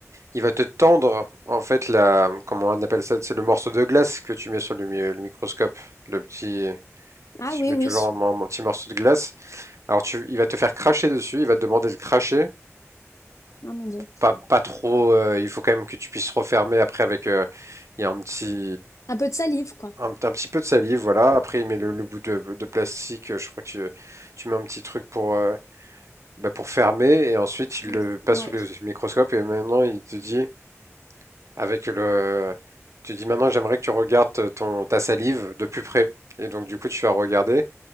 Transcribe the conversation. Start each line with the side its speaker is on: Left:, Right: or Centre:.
Right: Il va te tendre, en fait, la, comment on appelle ça, c'est le morceau de glace que tu mets sur le, le microscope, le petit,
Left: Ah
Right: si
Left: oui,
Right: tu mets
Left: oui.
Right: toujours un, un un petit morceau de glace. Alors tu, il va te faire cracher dessus, il va te demander de cracher.
Left: Ah mon Dieu.
Right: Pas, pas trop, euh, il faut quand même que tu puisses refermer après avec, euh, il y a un petit,
Left: Un peu de salive, quoi.
Right: un, un petit peu de salive, voilà. Après il met le, le bout de, de plastique, je crois que tu, tu mets un petit truc pour, euh, bah, pour fermer et ensuite il
Left: Oui,
Right: le passe
Left: ouais.
Right: sous le microscope et maintenant il te dit Avec le, tu dis maintenant j'aimerais que tu regardes ton ta salive de plus près. Et donc du coup tu vas regarder.